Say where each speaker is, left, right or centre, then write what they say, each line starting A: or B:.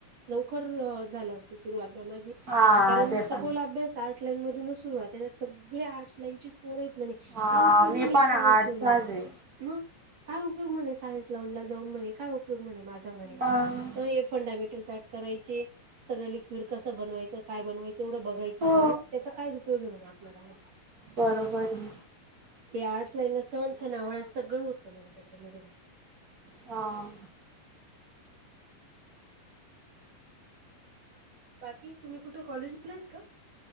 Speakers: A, on the right (about 50°); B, on the right (about 35°).
A: लवकर झालं असतं सुरुवात. माझी,
B: हा
A: कारण
B: ते पण
A: सखोल अभ्यास आर्ट लाईन मधूनच सुरुवात आहे ना सगळे आर्टस लाईनचेच पोरयेत म्हणे,
B: हा
A: काय उपयोग
B: मी
A: म्हणे,
B: पण
A: सायन
B: आर्टलाच
A: घेऊन म्हणे,
B: आहे
A: मग. काय उपयोग म्हणे, सायन्स लावन ला जाऊन म्हणे, काय उपयोग म्हणे, माझा म्हणे,
B: मग
A: ओय फंडामेंटल पॅट करायचे, सगळं लिक्विड कसं बनवायचं? काय बनवाय एवढं बघायचं
B: हो
A: म्हणे त्याचा कायच उपयोगे म्हणे आपल्याला अ
B: बरोबर ए.
A: या आट्स लाईन ला सण सणावळ सगळं होतं म्हणे त्याच्यामध्ये.
B: हां
A: बाकी? तुम्ही कुठं कॉलेजला आहेत का?